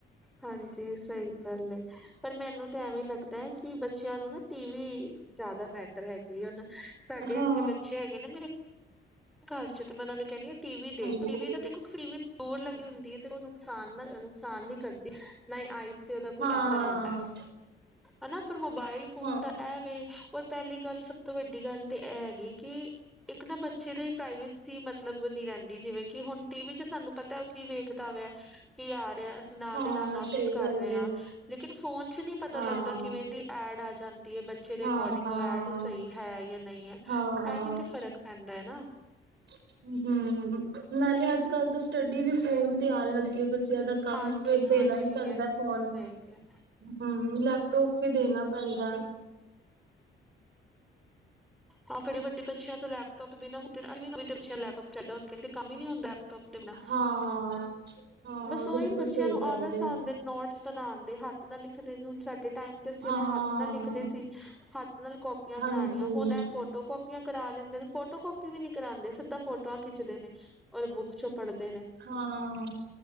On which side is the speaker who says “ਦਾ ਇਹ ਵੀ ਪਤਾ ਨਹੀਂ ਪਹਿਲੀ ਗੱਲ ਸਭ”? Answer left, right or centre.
Centre